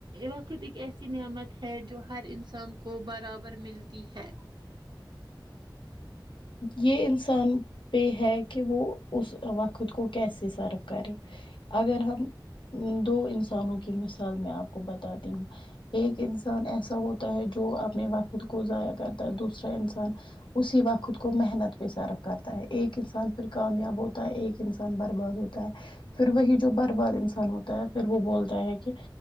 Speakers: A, on the right; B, on the left.
A: وقت ایک ایسی نعمت ہے جو ہر انسان کو برابر ملتی ہے
B: یہ انسان پہ ہے کہ وہ اس وقت کو کیسے سروف کرے اگر ہم دو انسانوں کی مثال میں آپ کو بتاتی ہوں ایک انسان ایسا ہوتا ہے جو اپنے وقت کو ضائع کرتا ہے دوسرا انسان اسی وق خود کو محنت پہ صرف کرتا ہے ایک انسان پھر کامیاب ہوتا ہے ایک انسان برباد ہوتا ہے پھر وہی جو برباد انسان ہوتا ہے پھر وہ بولتا ہے کہ